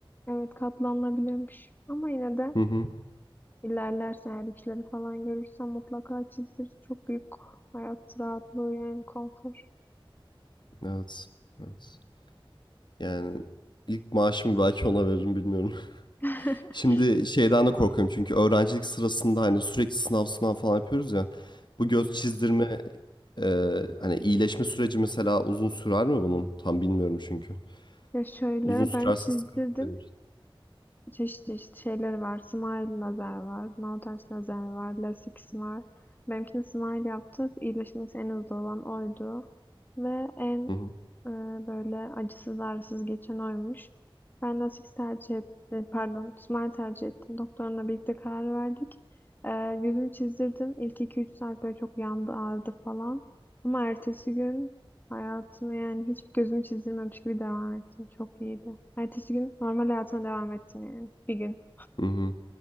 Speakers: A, on the left (about 20°); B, on the left (about 55°).
A: evet katlanılabilirmiş. Ama yine de
B: Hı hı.
A: İlerlerse eğer üçleri falan görürsem mutlaka çizdir. Çok büyük hayat rahatlığı yani konfor.
B: Evet. Evet. Yani ilk maaşımı belki ona veririm bilmiyorum.
A: <laughs>
B: Şimdi şeyden de korkuyorum çünkü öğrencilik sırasında hani sürekli sınav sınav falan yapıyoruz ya. Bu
A: Hı
B: göz
A: hı.
B: çizdirme e, hani iyileşme süreci mesela uzun sürer mi bunun? Tam bilmiyorum çünkü.
A: Ya şöyle
B: Uzun sürerse
A: ben çizdirdim.
B: sıkıntı benim için.
A: Çeşit çeşit şeyleri var. Smile lazer var. No touch lazer var. Lasix var. Benimkini Smile yaptık, İyileşmesi en hızlı olan oydu. Ve en
B: Hı hı.
A: e, böyle acısız ağrısız geçen oymuş. Ben Lasix tercih ettim. Pardon Smile tercih ettim. Doktorla birlikte karar verdik. E, gözümü çizdirdim. İlk iki üç saat böyle çok yandı ağrıdı falan. Ama ertesi gün hayatımı yani hiç gözümü çizdirmemiş gibi devam ettim. Çok iyiydi. Ertesi gün normal hayatıma devam ettim yani. Bir gün.
B: Hı hı.